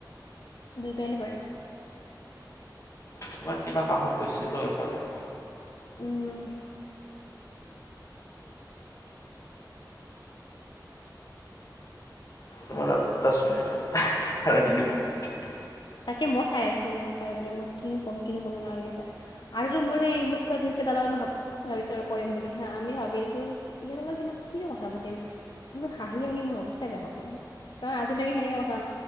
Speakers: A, on the left; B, on the left.
A: দুই পানেই পাৰে।
B: তোমাৰ কিবা কামত গৈছিলোঁ এইফালে।
A: উম।
B: তাৰ দচ মিনিট দুই আৰু মিনিট।
A: তাকে মই চাই আছো বাৰে বাৰে মই কিনো কম কিনো কম এনেকুৱা লাগি আছে। আৰু মোৰ সেই মোৰ কজিনকেইটাৰ লগতই ভ ভাবিছো আৰু কৰিম বুলি হা আমি ভাবি আছো ইহতৰ লগত কিন্ত কি কথা পাতিম মোৰ হাঁহি হাঁহি মোৰ অৱস্থাই বেয়া হব কাৰণ আজিলৈকে সেনেকে কথা